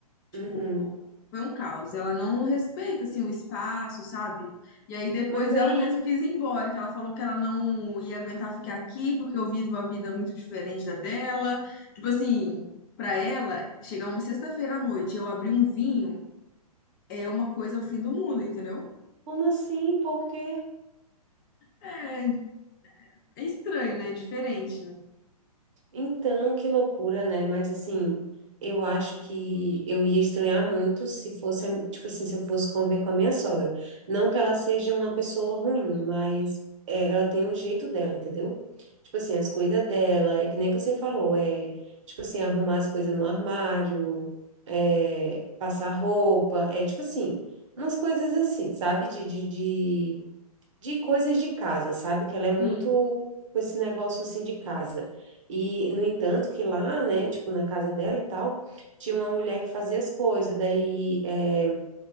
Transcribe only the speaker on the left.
Tipo,
foi um caos. Ela não respeita, assim, o espaço, sabe? E aí depois
ela mesma quis ir embora, que ela falou que ela não ia aguentar
ficar aqui porque eu vivo uma vida muito diferente da dela. Tipo assim, pra ela, chegar uma sexta-feira à noite e eu abrir um vinho é uma coisa ao fim do mundo, entendeu?
É, é estranho, né? É diferente. né?
Sim.